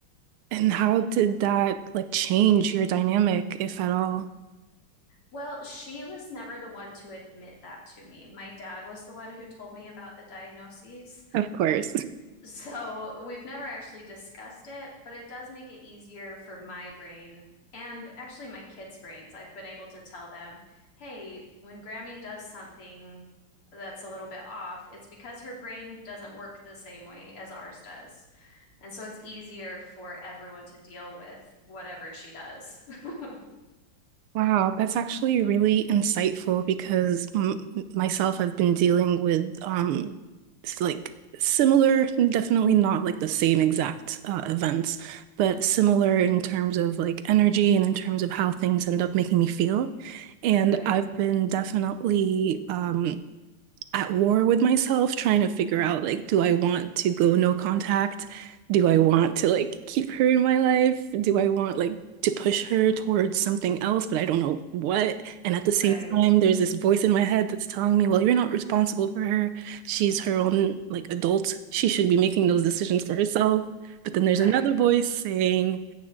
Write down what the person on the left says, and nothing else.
Well, she was never the one to admit that to me. My dad was the one who told me about the diagnoses.
So we've never actually discussed it, but it does make it easier for my brain and actually my kids' brains. I've been able to tell them, hey, when Grammy does something that's a little bit off, it's because her brain doesn't work the same way as ours does. And so it's easier for everyone to deal with whatever she does. <laughs>
Mhm.
Right.
hmm
Right.
Right.